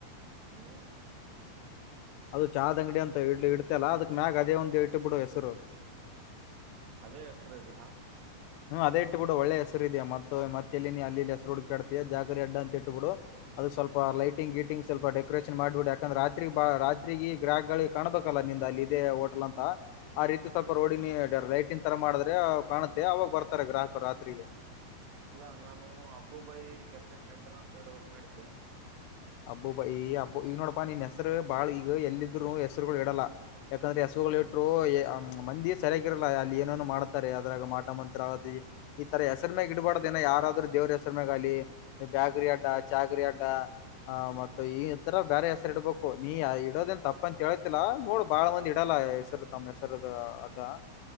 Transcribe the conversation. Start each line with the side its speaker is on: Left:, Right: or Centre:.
Right: ಹ್ಮ್.
Left: ಅದು ಚಹ ಅಂಗಡಿ ಅಂತ ಇಡ್ ಇಡ್ತಿ ಅಲ ಅದಕ್ ಮ್ಯಾಗ ಅದೇ ಒಂದು ಇಟ್ಬುಡು ಹೆಸರು.
Right: ಅದೇ ಹೆಸರು ಇಡ್ಲ.
Left: ಹ್ಮ್ ಅದೇ ಇಟ್ಬುಡು ಒಳ್ಳೆ ಹೆಸರಿದೆ ಮತ್ ಹೋಗಿ ಮತ್ತೆಲ್ಲಿ ನೀ ಅಲ್ಲಿ ಇಲ್ಲಿ ಹೆಸರು ಹುಡುಕಾಡ್ತಿ ಜಾಗರಿ ಅಡ್ ಅಂತ ಇಟ್ ಬುಡು ಅದುಕ್ ಸ್ವಲ್ಪ ಲೈಟಿಂಗ್ ಗೀಟಂಗ್ ಸ್ವಲ್ಪ ಡೆಕೋರೇಷನ್ ಮಾಡ್ಬಿಡು ಯಾಕಂದ್ರ ರಾತ್ರಿ ಬಾ ರಾತ್ ಗ್ರಾಹಕ್ ಗಳಿಗ್ ಕಾಣಬೇಕಲ್ಲ ನಿಂದ್ ಅಲ್ಲಿದೆ ಹೋಟೆಲ್ ಅಂತ ಆ ರೀತಿ ಸ್ವಲ್ಪ ರೋಡಿಗ್ ನೀ ಲೈಟಿಂಗ್ ತರ. ಮಾಡಿದ್ರೆ ಕಾಣುತ್ತೆ ಅವಾಗ ಬರ್ತಾರೆ ಗ್ರಾಹಕರು ರಾತ್ರಿಗೆ.
Right: ಇಲ್ಲ ನಾನು ಅಬ್ಬುಬಾಯಿ ಕೆಫೆ ಸೆಂಟರ್ ಅಂತ ಹಿಡ್ಬಾಕ್ ಮಾಡಿದ್ದೆ.
Left: ಅಬ್ಬುಬಾಯಿ ಈ ಹಬು ಹೇ ಇಗ್ ನೋಡಪಾ ನೀನ್ ಹೆಸರು ಬಾಳ್ ಈಗ ಎಲ್ಲಿದ್ರು ಹೆಸರುಗಳು ಇಡಲ್ಲ ಯಾಕಂದ್ರೆ ಹೆಸ್ ಇಟ್ರು ಮಂದಿ ಸರಿಯಕಗಿರಲ್ಲ ಅಲ್ಲಿ ಏನೇನು ಮಾಡ್ತಾರೆ ಅದ್ರಾಗ ಮಾಟ ಮಂತ್ರ ಅದ್ ಹೆಸರ್ ಮ್ಯಾಗ ಇಡಬಾರ್ದಿನ ಯಾರಾದ್ರೂ ದೇವ್ರ ಹೆಸ್ರು ಮೆಗಾಗ್ಲಿ ಬ್ಯಾಕ್ರಿ ಅಡ್ಡ ಚಕ್ರಿ ಅಡ್ಡ. ಹ ಮತ್ತ ಇತರ ಬೇರೆ ಹೆಸರು ಇಡ್ಬಕು ನೀ ಇಡೋದೆನ್ ತಪ್ಪ ಅಂತ ಹೇಳತಿಲ್ಲಾ ನೋಡ್ ಬಾಳ ಮಂದಿ ಇಡ್ಡಲ್ಲ ಹೆಸರು ತಮ್ಮ ಹೆಸರುದು ಅಡ್ಡ.